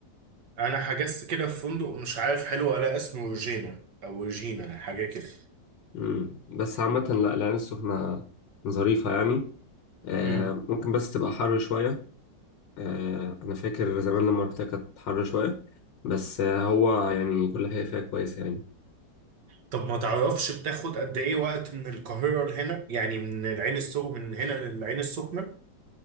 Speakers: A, on the right; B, on the left.
A: انا حجزت كده في فندق مش عارف حلو ولا اسمه روجينا او روجينا حاجه كده
B: مم. بس عامة لا العين السخنة ظريفة يعني آه
A: امم
B: ممكن بس تبقى حر شوية آه أنا فاكر زمان لما رحتها كانت حر شوية بس آه هو يعني كل حاجة فيها كويسة يعني
A: طب ما تعرفش بتاخد قد ايه وقت من القاهره لهنا يعني من العين السخنه من هنا للعين السخنه